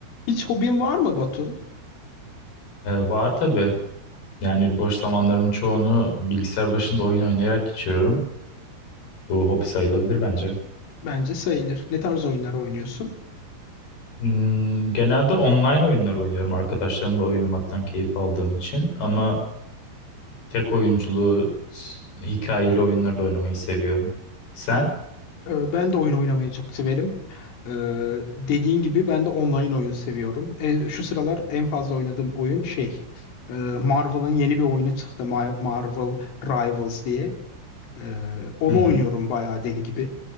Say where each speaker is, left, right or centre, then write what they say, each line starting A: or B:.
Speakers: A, on the left; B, on the left.
A: Hiç hobin var mı Batu?
B: Ee, var tabii. Yani boş zamanlarımın çoğunu bilgisayar başında oyun oynayarak geçiriyorum. Bu hobi sayılabilir bence.
A: Bence sayılır. Ne tarz oyunlar oynuyorsun?
B: Hmm, genelde online oyunlar oynuyorum arkadaşlarımla oynamaktan keyif aldığım için. Ama tek oyunculuğu s- hikayeli oyunları da oynamayı seviyorum. Sen?
A: Ee, ben de oyun oynamayı çok severim. Ee, dediğin gibi ben de online oyun seviyorum. En- şu sıralar en fazla oynadığım oyun şey. e, Marvel'ın yeni bir oyunu çıktı. Mar- Marvel Rivals diye. Ee, onu
B: Hı hı.
A: oynuyorum bayağı deli gibi.